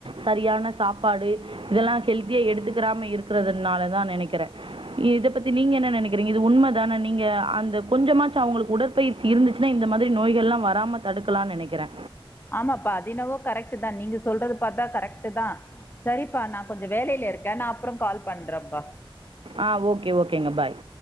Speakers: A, on the right; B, on the left.
A: சரியான சாப்பாடு இதெல்லா ஹெல்தியா எடுத்துக்கிற டாம இருக்கிறதுனால தா நெனைக்கிறே இத பத்தி நீங்க என்ன நெனைக்கிறீங்க இது உண்மதான நீங்க அந்த கொஞ்சமாச்சு அவங்களுக்கு உடற்பயிற்சி இருந்துச்சுன்னா இந்த மாத்ரி நோய்கல்லா வராம தடுக்கலான் நெனைக்கிறே
B: ஆமாப்பா அது என்னவோ கரெக்ட்டு தா நீங்க சொல்றது பாத்தா கரெக்ட்டு தா சரிப்பா நா கொஞ்சோ வேலைல இருக்கே நா அப்றோ கால் பண்றப்பா
A: ஆ ஓகே ஓகேங்க பாய்